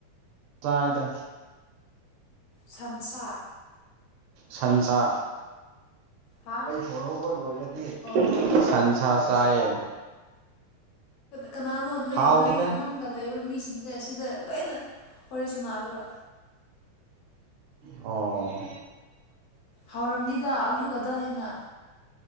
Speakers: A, on the right; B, on the left.
A: ꯆꯥꯏꯗ
B: ꯁꯟꯁꯥ
A: ꯁꯟꯁꯥ
B: ꯍꯥ
A: ꯑꯩ ꯍꯣꯡꯍꯕ ꯂꯣꯏꯔꯗꯤ
B: ꯑꯣ ꯑꯣ
A: ꯁꯟꯁꯥ ꯆꯥꯏꯌꯦ
B: ꯀꯅꯥꯅꯣ ꯅꯣꯏ
A: ꯍꯥꯎꯇꯦꯗ
B: ꯅꯣꯏ ꯅꯪꯒ ꯂꯩ ꯃꯤꯁꯦ ꯁꯦ ꯁꯤꯗ ꯂꯣꯏꯅ ꯋꯥꯔꯤ ꯁꯥꯟꯅꯕ꯭ꯔꯥ
A: ꯑꯣ
B: ꯍꯧꯎꯔꯝꯅꯤꯗ ꯑꯂꯨꯒꯗꯣ ꯍꯦꯟꯅ